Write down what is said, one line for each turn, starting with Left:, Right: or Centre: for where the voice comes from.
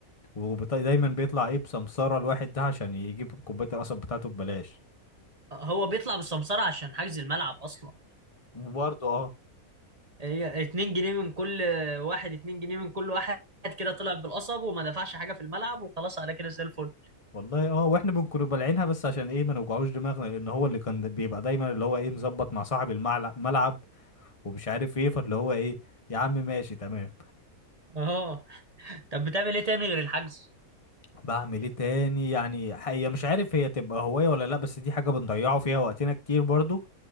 Left: ودايما بيطلع ايه بسمسارة الواحد ده عشان يجيب كوباية القصب بتاعته ببلاش
Right: هو بيطلع بالسمسره عشان حجز الملعب اصلا
Left: وبرضه اه
Right: هي 2 جنيه من كل واحد 2 جنيه من كل واحد كده طلع بالقصب وما دفعش حاجة في الملعب وخلاص على كده زي الفل
Left: والله اه واحنا بنكون بلعينها بس عشان ايه ما نوجعوش دماغنا لان هو اللي كان بيبقى دايما اللي هو ايه مظبط مع صاحب الملعب ومش عارف ايه فاللي هو ايه يا عم ماشي تمام
Right: اه طب بتعمل ايه تاني غير الحجز
Left: بعمل ايه تاني يعني هي مش عارف هي تبقى هواية ولا لا بس دي حاجة بنضيعه فيها وقتنا كتير برضو